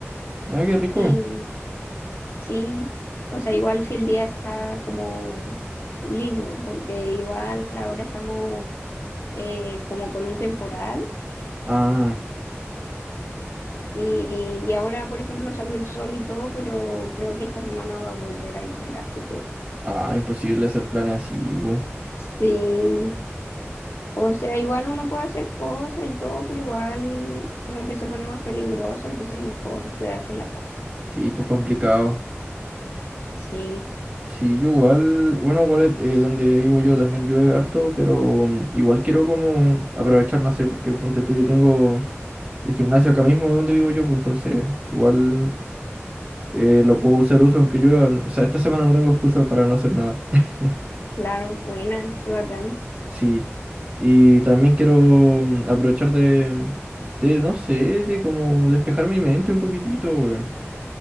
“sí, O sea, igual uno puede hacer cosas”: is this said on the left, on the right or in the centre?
Left